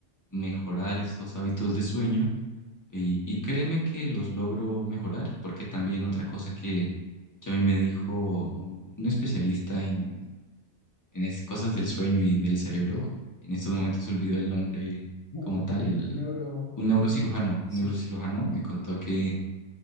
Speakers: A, on the left; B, on the left.
A: mejorar estos hábitos de sueño y, y créeme que los logro mejorar porque también otra cosa que, que a mí me dijo un, un especialista en, en es- cosas del sueño y del cerebro, en estos momentos olvido el nombre
B: Un
A: como
B: un
A: tal, el,
B: neuro,
A: un neurocirujano, un
B: sí.
A: neurocirujano me contó que